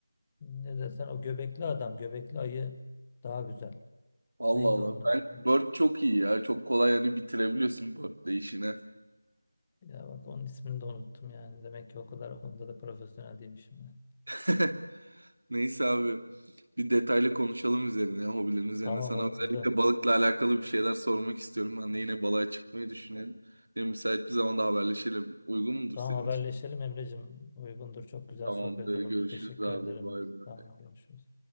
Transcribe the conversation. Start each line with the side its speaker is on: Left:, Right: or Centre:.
Left: ne desen o göbekli adam, göbekli ayı daha güzel.
Right: Allah
Left: Neydi
Right: Allah.
Left: onun adı?
Right: Ben Bird çok iyi ya. Çok kolay yani bitirebiliyorsun Bird'le işine.
Left: Ya bak onun ismini de unuttum yani. Demek ki o kadar onda da profesyonel değilmişim yani.
Right: <laughs> Neyse abi bir detaylı konuşalım üzerine, hobilerin üzerine.
Left: Tamam
Right: Sana
Left: oldu.
Right: özellikle balıkla alakalı bir şeyler sormak istiyorum. Hani yine balığa çıkmayı düşünelim. Benim müsait bir zamanda haberleşelim. Uygun mudur
Left: Tamam
Right: senin
Left: haberleşelim
Right: için?
Left: Emre'cim. Uygundur. Çok güzel
Right: Tamamdır.
Left: sohbet oldu.
Right: Görüşürüz
Left: Teşekkür
Right: abi.
Left: ederim.
Right: Bay bay.
Left: Tamam görüşürüz.